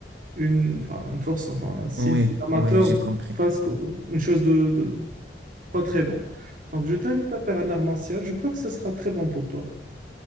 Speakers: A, on the right; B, on the right.
A: une, enfin, une force, enfin, si,
B: oui,
A: si l'amateur
B: oui, j'ai
A: Oui.
B: compris.
A: fasse que- une chose de, de pas très bon. Donc, je t'invite à faire un art martial. Je crois que ce sera très bon pour toi.